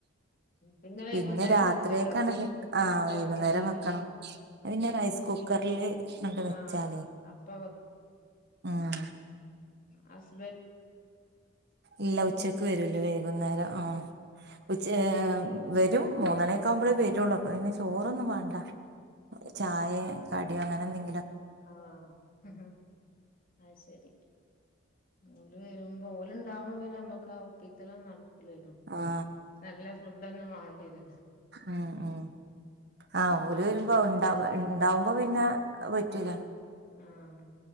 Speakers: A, on the left; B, on the right.
A: പിന്നെ വൈകുന്നേരം
B: ഇന്ന് രാത്രിയേക്കാണങ്കിൽ
A: വെക്കണ്ടോ അപ്പൊ ഉച്ചക്ക്
B: ആ വൈകുന്നേരം
A: വെക്കാഞ്ഞാല്
B: വക്കണം. അത് പിന്നെ
A: ഉം
B: റൈസ് കുക്കറില് അങ്ണ്ട് വെച്ചാൽ.
A: ആഹ് അപ്പ
B: ഉം...
A: ഹസ്...
B: ഇല്ല ഉച്ചക്കു
A: പോണ്
B: വരില്ല വൈകുന്നേരം ആ... ഉച്ച
A: ഉം
B: ആ.... വരും മൂന്നു മണി ഒക്കെ ആകുമ്പഴേ വരുള്ളൂ. അപ്പം പിന്നെ ചോറൊന്നും വാണ്ടാ. ചായ, കടി അങ്ങനെന്തെങ്കിലും
A: ആ... മ്മ്ഹ്ഹ്... അത് ശരി ഓല് വരുമ്പം ഓല് ഉണ്ടാവുമ്പം നമുക്കാ ഒപ്പിക്കലൊന്നും നടക്കൂ ല.... <inaudible> ക്കൂലല്ലോ.
B: ആ
A: നല്ലഫുഡ്‌ ഒന്നും മാണ്ടി വെരുംന്ന്
B: എ... യേ... ആ... ഓര് വരുമ്പോ ഉണ്ടാ... ഉണ്ടാവുമ്പോ പിന്നെ അത് പറ്റൂലാ
A: ആഹ് ആഹ് ആഹ്